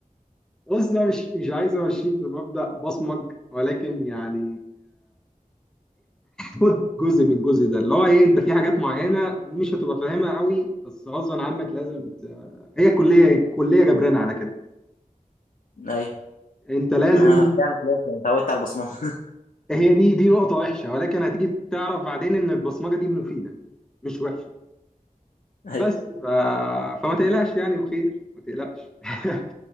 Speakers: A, in the centre; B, on the left.
A: بص ده مش مش عايز امشيك بمبدأ بصمج ولكن يعني خد جزء من الجزء ده اللي هو ايه انت في حاجات معينه مش هتبقى فاهمها قوي بس غصبا عنك لازم ت... هي الكليه الكليه جبرانه على كده
B: ايوه
A: انت لازم
B: ما انا فعلا خلاص يعني اتعودت على البصمه <laughs>
A: هي دي دي نقطة وحشة ولكن هتيجي تعرف بعدين إن البصمجة دي مفيدة مش وحشة
B: ايوه
A: بس ف... فما تقلقش يعني وخير ما تقلقش <laughs>